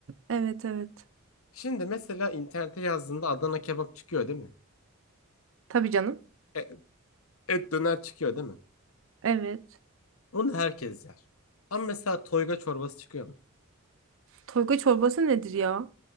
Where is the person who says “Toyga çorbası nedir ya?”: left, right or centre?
Right